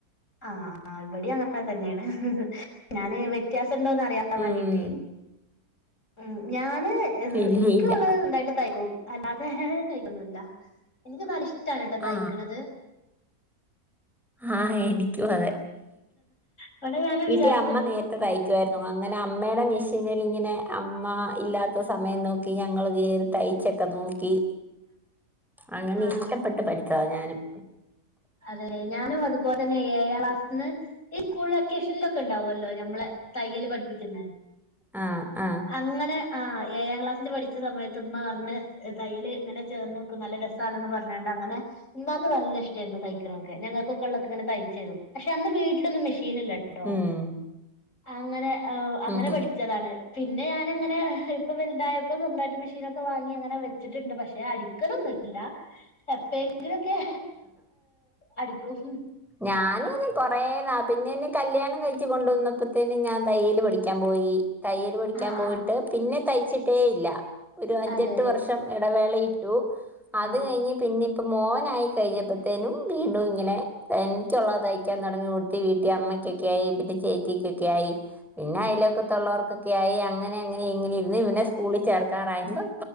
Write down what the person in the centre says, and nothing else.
ഉം
ഇല്ല
ഇല്ല
ആ ആ എനിക്കും അതെ
വീട്ടി
അമ്മ നേരത്തെ തയ്ക്കുഅയിരുന്നു അങ്ങനെ അമ്മയുടെ മിശി നിൽ ഇങ്ങനെ അമ്മ ഇല്ലാത്ത സമയം നോക്കി ഞങ്ങ കയറി തയ്ച്ചൊക്കെ നോക്ക അങ്ങനെ
ഇഷ്ടപ്പെട്ട് പഠിച്ചതാ ഞാനും
ആ ആ
ഉം
ഉം
ഞാനും അതെ കൊറേ നാ പിന്നെ കല്യാണം കഴിച്ച് കൊണ്ട വന്നപ്പോത്തന്നെ ഞാൻ തയ്യല് പഠിക്കാൻ പോയി തയ്യല് പടിക്കാൻ
പോയിട്ട്
പിന്നെ തയ്ച്ചിട്ടേ ഇല്ല ഒരു അഞ്ചെട്ട്
വർഷം ഇടവേള ട്ടു അത്
കഴിഞ്ഞ് പിന്നെ ഇപ്പ മോനായി കഴിയപ്പോത്തേനും വീണും ഇങ്ങനെ തനിച്ചുള്ളത്യ്ക്കാൻ തുടങ്ങി കൊടുത്തി വീട്ടിൽ അമ്മയ്ക്കൊക്കെ ആയി പിെ ചേച്ചക്ക്ക്കെ ആയി പിന്നെ അയാൽ വകാത്തുല്ലോർക്കൊക്കെ അങ്ങന അങ്ങനെങ്ങനെ ഇെ സ്കൂൽ ചേർക്കാറായുമ്പോ